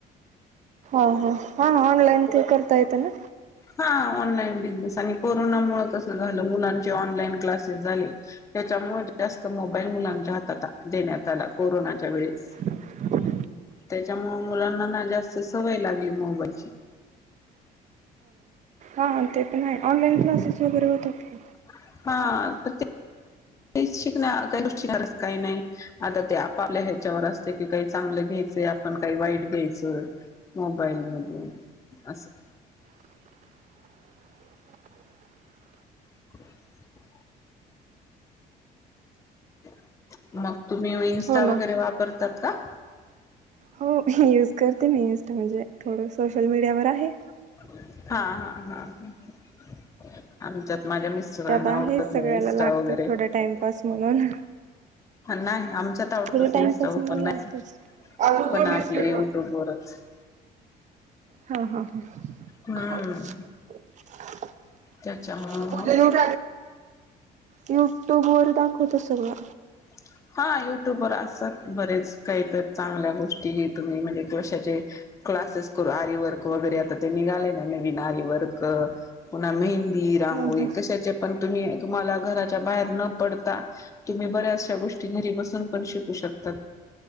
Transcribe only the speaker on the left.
हा ऑनलाईन बिझनेस आणि कोरोनामुळे कस झालं मुलांचे ऑनलाईन क्लासेस झाले त्या. मुळे जास्त मोबाईल मुलांच्या हात देण्यात आला कोरोनाच्या वेळेस.
त्याच्यामुळे मुलांना ना जास्त सवय लागली मोबाईलची.
<inaudible> हा तर ते <inaudible> शिक काही शिकच काही नाही आता ते आपापल्या ह्याच्यावर असते की काही चांगले ्याय आपण काही वाईट घ्यायचं मोबाईल म अस <inaudible>
<inaudible> <inaudible> मग तुम्ही इन्स्टा
वगैरे वापरतात का
<inaudible> हा हा हा <inaudible> आच्या माझ्या मिस्टरांना
आवडत
नाही स्टा
वगैरे
<inaudible>
नाही आमच त्याच्यात आवडतच
नाही
इं्स्टावर
पण नाही
पण
आपले
युट्यूबवरच <inaudible>
हम्म
त्याच्यामुळे
मग
<inaudible> हा युट्यूबवरर असतात बरेच काही तर चांगल्या गोष्टी तुम्ही म्हणजे क्वशाचे <inaudible> क्लासेस करू आरी वर्क वगैरे आता ते निघाले ना नवीन आरी वर्क पुन्हा मेन ी रांगोळी
कशाचे पण तुम्ही तुम्हाला घराच्या बाहेर न पडता तुम्ही बऱ्याचशा गोष्टी िनरी बसून पण शिकू शकतात